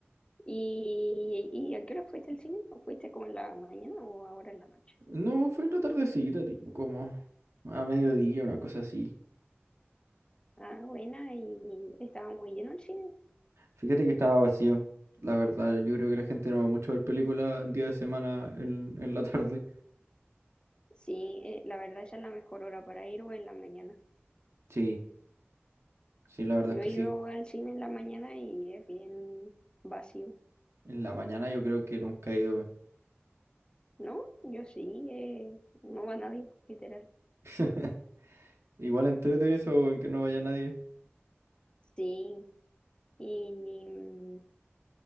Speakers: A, on the left; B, on the right.
A: ¿Y, y a qué hora fuiste al cine? ¿O fuiste como en la mañana o ahora en la noche?
B: No, fue una la tardecita, tipo, como a mediodía, una cosa así.
A: Ah, buena, y estaba muy lleno el cine.
B: Fíjate que estaba vacío. La verdad, yo creo que la gente no va mucho a ver películas en día de semana en, en la tarde.
A: Sí, eh, la verdad esa es la mejor hora para ir o en la mañana.
B: Sí, sí, la verdad
A: Yo
B: es que
A: he ido
B: sí.
A: al cine en la mañana y es bien vacío.
B: En la mañana yo creo que nunca he ido, weón.
A: ¿No? Yo sí, eh, no va nadie, literal.
B: <laughs> Igual entrete eso en que no vaya nadie.
A: Sí, y mm,